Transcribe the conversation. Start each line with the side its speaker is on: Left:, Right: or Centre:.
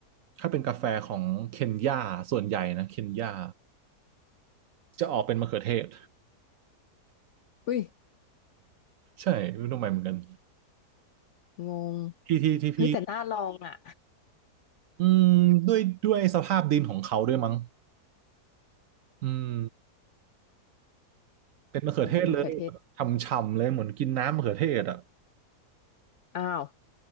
Right: ถ้าเป็นกาแฟของเคนยาส่วนใหญ่นะเคนยาจะออกเป็นมะเขือเทศ
Left: อุ้ย
Right: ใช่ไม่รู้ทำไมเหมือนกัน
Left: งง
Right: ที่ที่ที่พี่
Left: เฮ้ยแต่น่าลองอ่ะ
Right: อืมด้วยด้วยสภาพดินของเขาด้วยมั้งอืม เป็นมะเขือเทศเลยทำฉ่ำๆเลยเหมือนกินน้ำมะเขือเทศอ่ะ
Left: ผมมะเขือเทศอ้าว